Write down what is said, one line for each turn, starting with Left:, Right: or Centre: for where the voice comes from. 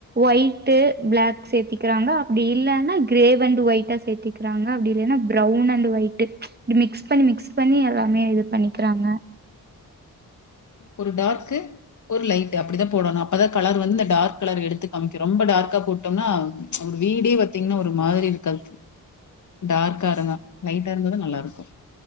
Right: ஒயட்டு் பிளாக் சேத்திக்கிறாங்க அப்டி இல்லன்னா கிரே அண்ட் ஒயிட்டா சேத்திக்கிறாங்க அப்டி இல்லன்னா ப்ரௌன் அண்ட் ஒயிட்டு் இப்டி மிக்ஸ் பண்ணி மிக்ஸ் பண்ணி எல்லாமே இது பண்ணிக்கிறாங்க
Left: ஒரு டார்க்கு ஒரு லைட்டு அப்டிதா போடணு அப்பதா கலர் வந்து டார்க் கலர் எடுத்து காமிக்கு ரொம்ப டார்க்கா போட்டோம்னா ப்ச் ஒரு வீடே பாத்தீங்ன்னா ஒரு மாதிரி இருக்காது டார்க்கா இருந்தா லைட்டா இருந்ததா நல்லா இருக்கு